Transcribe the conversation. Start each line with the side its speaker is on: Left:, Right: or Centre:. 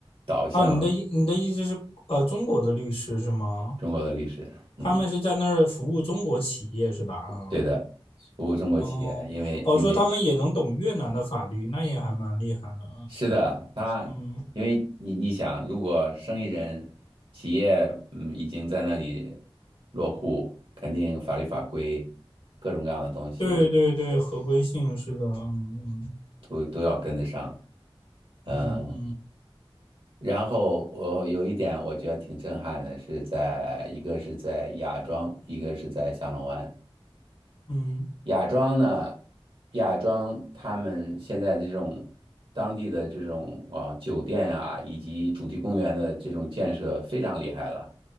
Right: 导向
Left: 啊，你的意你的意思是，呃，中国的律师是吗？
Right: 中国的律师，嗯，
Left: 他们是在那儿服务中国企业是吧？啊，
Right: 对的，服务中国企业，
Left: 哦，
Right: 因为因为
Left: 哦，说他们也能懂越南的法律，那也还蛮厉害的，
Right: 是的，他因为你你想，
Left: 嗯嗯，
Right: 如果生意人企业嗯已经在那里落户，肯定法律法规各种各样的东西
Left: 对对对，合规性是的，嗯
Right: 都都要跟得上。嗯，
Left: 嗯嗯
Right: 然后我有一点我觉得挺震撼的，是在一个是在芽庄，一个是在下龙湾。
Left: 嗯
Right: 亚庄呢，亚庄他们现在这种当地的这种啊酒店啊，以及主题公园的这种建设非常厉害了。